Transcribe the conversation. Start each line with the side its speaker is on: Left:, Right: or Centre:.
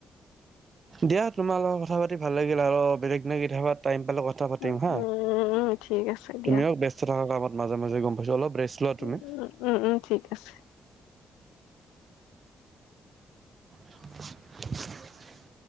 Right: দিয়া তোমাৰ লগত কথা পাতি ভাল লাগিল আৰু বেলেগ দিনা কেতিয়াবা টাইম পালে কথা প কথা পাতিম
Left: উম
Right: হা,
Left: উম উম ঠিক আছে দিয়া
Right: তুমিও ব্যস্ত থকা কামত মাজে মাজে গম পাইছো। অলপ ব লোৱা তুমি।
Left: উম উম উম ঠিক আছে।
Right: <unintelligible>